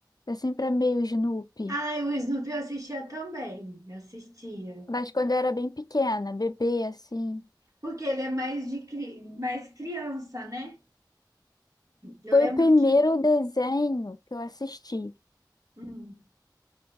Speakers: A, on the left; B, on the right.
A: Eu sempre amei o Snoopy.
B: Ah, o Snoopy eu assistia também. Eu assistia.
A: Mas quando eu era bem pequena, bebê, assim.
B: Porque ele é mais de cri... mais criança, né? Eu
A: Foi
B: lembro
A: o primeiro
B: que
A: desenho que eu assisti.
B: hum,